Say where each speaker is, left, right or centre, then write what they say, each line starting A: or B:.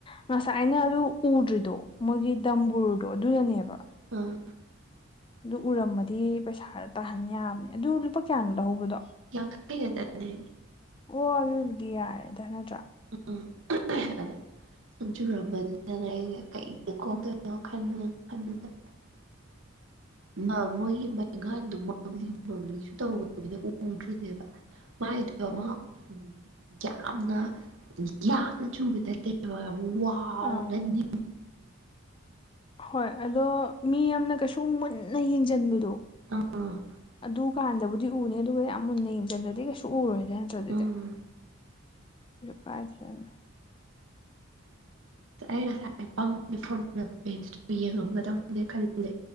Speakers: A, on the left (about 25°); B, on the right (about 65°).
A: ꯉꯁꯥꯏ ꯑꯩꯅ ꯑꯗꯨ ꯎꯗ꯭ꯔꯤꯗꯣ ꯃꯣꯏꯒꯤ ꯗꯝꯕꯨꯔꯗꯣ ꯑꯗꯨꯗꯅꯦꯕ
B: ꯑ
A: ꯑꯗꯨ ꯎꯔꯝꯃꯗꯤ ꯄꯩꯁꯥ ꯇꯥꯍꯟ ꯌꯥꯕꯅꯦ ꯑꯗꯨ ꯂꯨꯄꯥ ꯀꯌꯥꯅꯣ ꯂꯧꯍꯧꯕꯗꯣ
B: ꯌꯥꯈꯩꯒꯗꯅꯦ
A: ꯑꯣ ꯑꯗꯨꯕꯨꯗꯤ ꯌꯥꯔꯦꯗ ꯅꯠꯇ꯭ꯔꯥ
B: ꯎꯝ ꯁꯨꯝ ꯆꯨꯔꯝꯕꯅꯤꯗꯅ ꯑꯩꯁꯦ ꯀꯩꯗ ꯈꯣꯛꯗꯅꯣ ꯈꯕꯅ ꯈꯟꯕꯅ <unintelligible> ꯃꯣꯏꯒꯤ ꯕꯩꯒꯥꯟꯗꯣꯕꯂꯤꯕ꯭ꯂꯤꯁꯨ ꯇꯧꯕꯗꯨꯗꯤ ꯎꯗ꯭ꯔꯤꯅꯦꯕ ꯃꯥꯏꯗꯣ ꯑꯃ
A: ꯎꯝ
B: ꯎ ꯌꯥꯝꯅ ꯌꯥꯝꯅ ꯆꯨꯕ ꯅꯠꯇꯦ ꯋꯥ
A: ꯑꯥ
B: ꯅꯗꯤ
A: ꯍꯣꯏ ꯑꯗꯣ ꯃꯤ ꯑꯃꯅ ꯀꯩꯁꯨꯝ ꯃꯨꯟꯅ ꯌꯦꯡꯁꯤꯟꯕꯗꯣ
B: ꯑꯥ
A: ꯑꯗꯨꯀꯥꯟꯗꯕꯨꯗꯤ ꯇꯨꯅꯦ ꯑꯗꯨꯒ ꯌꯥꯝ ꯃꯨꯟꯅ ꯌꯦꯡꯁꯤꯟꯗ꯭ꯔꯗꯤ ꯀꯩꯁꯨ ꯎꯔꯣꯏꯗ ꯅꯠꯇ꯭ꯔꯗꯨꯗꯤ
B: ꯎꯝ
A: <unintelligible>
B: ꯑꯩ ꯉ <unintelligible> ꯄꯦꯟꯁꯇꯨ ꯌꯦꯡꯉꯝꯒꯗꯪꯅꯦ ꯈꯜꯂꯦ